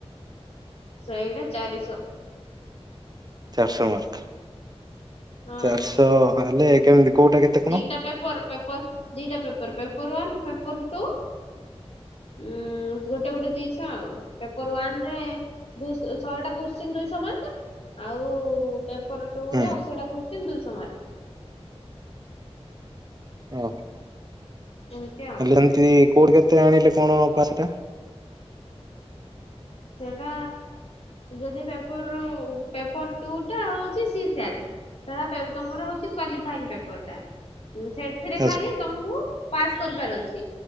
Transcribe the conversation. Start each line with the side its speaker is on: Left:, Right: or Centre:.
Left: ଶଇଟା ଚାରିଶ।
Right: ଚାରିଶହ ମାର୍କ
Left: ହଁ
Right: ଚାରିଶହ ହେଲେ କେମିତି। କୋଉଟା କେତେ କଣ?
Left: ଦିଟା ପେପର ପେପର ଦିଟା paper paper one paper two. ଉଁ ଗୋଟେ ଗୋଟେ ଦିଶ ଆଉ ପେପର ୱାନ ରେ ଦୁଇ ଶହେଟା କୋଶ୍ଚିନ୍ ଦୁଇଶହ ମାର୍କ ଆଉ ପେପର ଟୁ
Right: ହୁଁ
Left: ରେ ଅଶିଟା କୋଶଚୀନ ଦୁଇଶହ ମାର୍କ।
Right: ଓ
Left: ଏମିତି ଆଉ।
Right: ହେଲେ ଏମିତି କୋଉଠି କେତେ ଆଣିଲେ କଣ ପାସ ଟା?
Left: ସେଇଟା ଯଦି ପେପର ପେପର ଟୁ ଟା ହଉଛି ସି ସି ଆ ର। ଟ ତମର ହଉଛି କ୍ୱାଲିଫାଇନ୍ ପେପର ଟା ସେ ଏଥିରେ
Right: ଆଚ୍ଛା
Left: ଖାଲି ତମକୁ ପାସ୍ କରିବାର ଅଛି